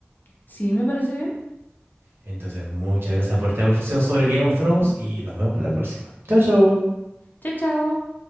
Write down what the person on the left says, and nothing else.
Sí, me parece bien.
Chao, chao.